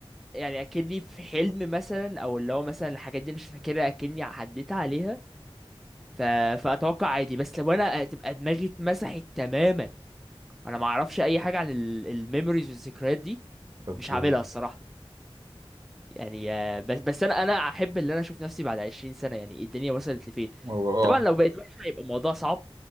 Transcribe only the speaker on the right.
اوكي
هو اه